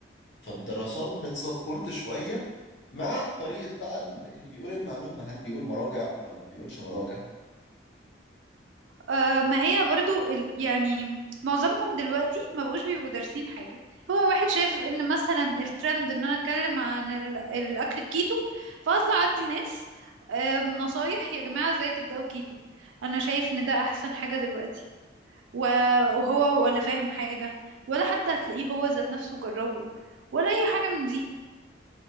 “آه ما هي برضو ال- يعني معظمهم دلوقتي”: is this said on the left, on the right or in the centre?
Right